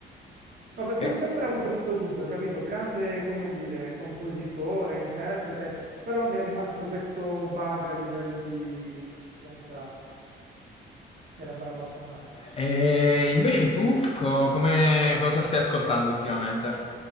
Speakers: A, on the right (about 45°); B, on the left (about 30°).
A: No, perché
B: E
A: ho sempre avuto questo dubbio, capito? Grande, come dire, compositore, interprete, però mi è rimasto questo bug a livello di, di conoscenza, se era bravo a suonare.
B: E invece tu, co- come cosa stai ascoltando ultimamente?